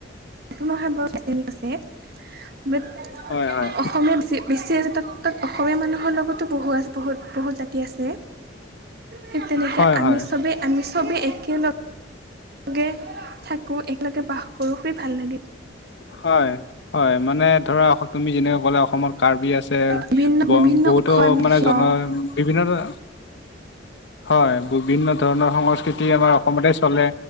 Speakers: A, on the right; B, on the left.
A: <unintelligible> আছে বাত
B: হয় হয়
A: অসমীয়াত চি বেছি আছে, তাত তাত অসমীয়া মানুহৰ লগতো বহু আছ বহুত-বহুত জাতি আছ এ‌ ঠিক তেনেকে
B: হয়
A: আমি
B: হয়
A: চবেই, আমি চবে একেলগ গে থাকোঁ, একেলগে বাস কৰোঁ, খুবেই ভাল লাগে।
B: হয়, হয়, মানে ধৰা অস তুমি যেনেকে ক'লা অসমত কাৰ্বি আছ যে,
A: বিভিন্ন
B: ব
A: বিভিন্ন
B: বহুতো
A: উৎস আমি
B: মানে
A: দেখি
B: জন
A: পাওঁ
B: বিভিন্ন ধৰ হয়, বিভিন্ন ধৰণৰ সংস্কৃতি আমাৰ অসমতে চলে।